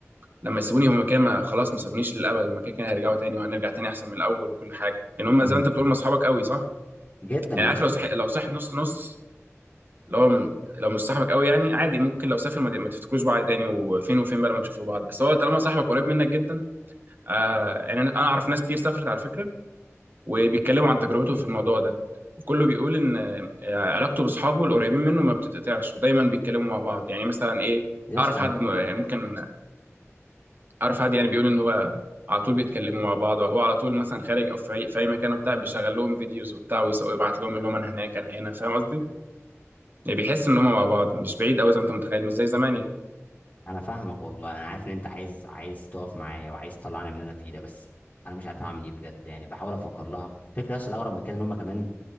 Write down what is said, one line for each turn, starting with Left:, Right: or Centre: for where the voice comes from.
Right: لما يسيبوني هم كده ما- خلاص ما سابونيش للابد هم كده كده هيرجعوا تاني وهنرجع تاني احسن من الاول وكل حاجه لان هم
Left: امم
Right: زي ما انت بتقول هم اصحابك قوي صح
Left: جدا
Right: يعني
Left: يا
Right: عارف
Left: اسطى
Right: لو صح... لو صاحب نص نص لو م- لو مش صاحبك قوي يعني عادي ممكن لو سافر ما, ت- ما تفتكروش بعض تاني وفين وفين بقى لما تشوفوا بعض بس هو طالما صاحبك قريب منك جدا آه يعني انا أنا اعرف ناس كتير سافرت على فكره وبيتكلموا عن تجربتهم في الموضوع ده وكله بيقول ان آه، علاقته باصحابه القريبين منه ما بتتقطعش ودايما بيتكلموا مع بعض يعني مثلا ايه
Left: يا
Right: اعرف
Left: اسطى
Right: حد م- آه، ممكن اعرف حد يعني بيقول ان هو على طول بيتكلموا مع بعض وهو على طول مثلا خارج او في اي في أي مكان وبتاع بيشغل لهم فيديوز وبتاع ويس- ويبعت لهم اللي هم انا هناك انا هنا فاهم قصدي يعني بيحس ان هم مع بعض مش بعيد قوي زي ما انت متخيل مش زي زمان يعني
Left: انا فاهمك والله انا عارف ان انت عايز عايز تقف معايا وعايز تطلعني من اللي انا فيه ده بس انا مش عارف اعمل ايه بجد يعني بحاول افكر لها الفكره يا اسطى الاغرب من كده ان هم كمان